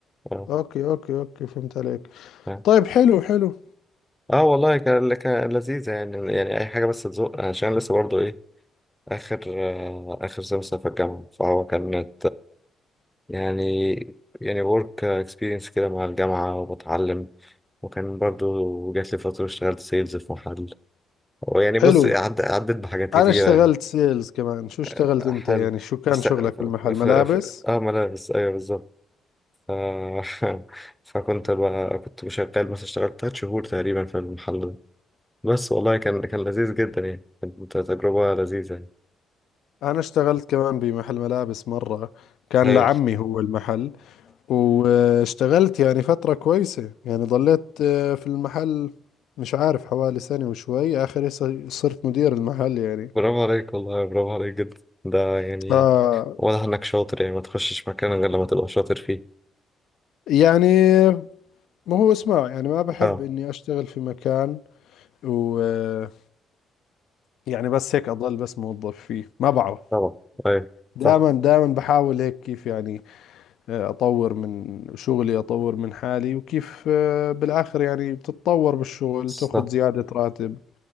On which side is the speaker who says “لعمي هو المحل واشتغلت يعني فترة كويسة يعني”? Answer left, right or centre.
Left